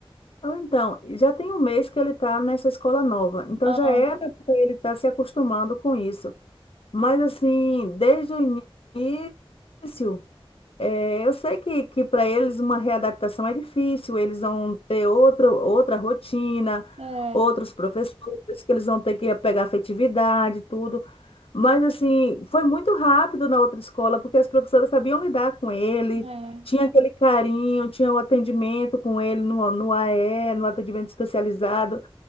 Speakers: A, on the left; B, on the right.
A: Ou Então, já tem um mês que ele está nessa escola nova, então
B: Ah,
A: já era para ele estar se acostumando com isso. Mas, assim, desde o início, É, eu sei que, que para eles uma readaptação é difícil, eles vão ter outro, outra rotina,
B: é,
A: outros professores, que eles vão ter que pegar afetividade, tudo. Mas, assim, foi muito rápido na outra escola, porque as professoras sabiam lidar com ele,
B: é.
A: tinha aquele carinho, tinha o atendimento com ele no, no AE, no atendimento especializado.